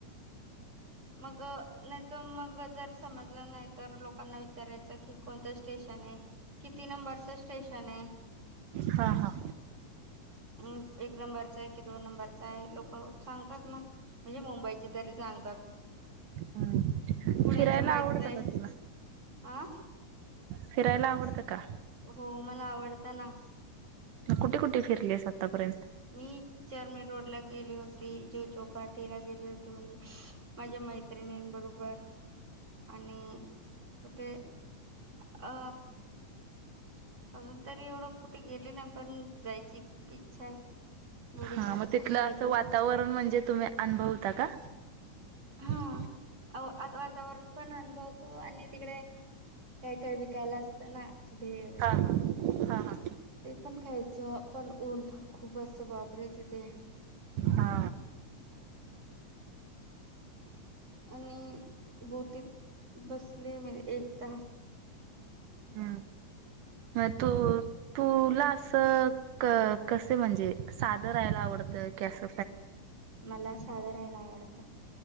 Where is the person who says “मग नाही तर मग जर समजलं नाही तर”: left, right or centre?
Right